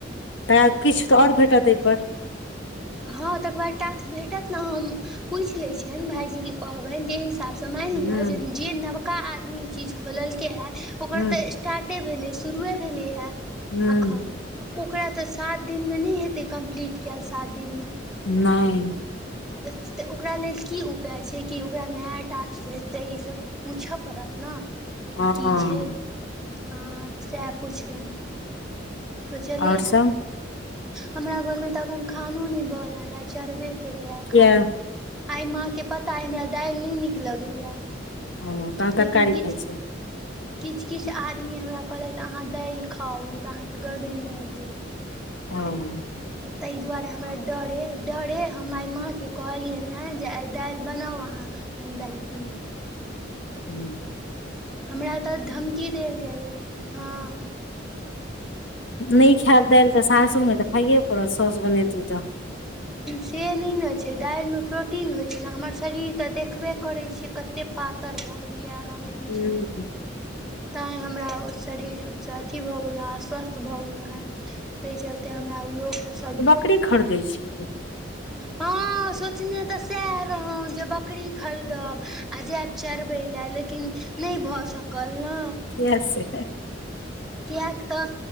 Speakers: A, on the left; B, in the centre.
A: तैं किछु तऽ आओर भेटत एहिपर
B: हँ तकर बाद टास्स भेटत ने हम पुइछ लैत छियनि भाईजी के कहबनि जे हिसाबसँ मेन
A: हूँ
B: लिअ जे नवका आदमी ई चीज खोललकै हँ ओकर
A: हूँ
B: तऽ स्टाटे भेलै शुरुए भेलै ह
A: हूँ
B: अखन। ओकरा तऽ सात दिनमे नहि हेतै कम्प्लीट कयल सात दिनमे
A: नहि
B: तऽ ओकरा लेल की उपाय छै कि ओकरा नया टास्क भेटतै ईसभ पूछैय पड़त न इ
A: हँ
B: की छैय हँ तऽ सएह पुछबै ' सोचलियै
A: आओर सब
B: ह हमरा घर मे तऽ अखन खानो न बनल हे चढ़बे केेले हे
A: किया
B: खाना आइ माँके पताइ हमरा दालि नहि नीक लगैय
A: ओ तहन
B: लेकिन
A: तरकारी खाइ
B: किछ '
A: छियै
B: तऽ किछ किछ आदमी हमरा कहलथि अहाँ दाल खाउ नहि तऽ अहाँके गर्दन दाइब देब
A: हाँ
B: तऽ एहि दुआरे हमे डरे डरे हम आइ माँके कहलियनि हँ जे आइ दाइल बनाउ अहाँ हम दाइल पी
A: हू
B: हमरा तऽ धमकी देल जाइए या हँ
A: नहि खायब दाइल तऽ सासो मे तऽ खाइए पड़त सौस बनेती तऽ
B: से नहि नै नऽ छैय दालिमे प्रोटीन होइ छै ने हमर शरीर तऽ देखबे करै छियै कते पातर पातर भ गेलियै अहाँ ऐ बीचमे
A: हूँ
B: तैँ हमरा ओ शरीरसँ अथि भऽ गेलौ हँ अस्वस्थ भऽ गेलहुँ हे ताहि चलते हमरा लोकसभ
A: कीरी <unintelligible> खरदै छि
B: हँ सोचनेँ तऽ सएह रहौ जे बकरी खरीदब जाब चरबै लए लेकिन नहि भऽ सकल न
A: इहै से
B: किएक तऽ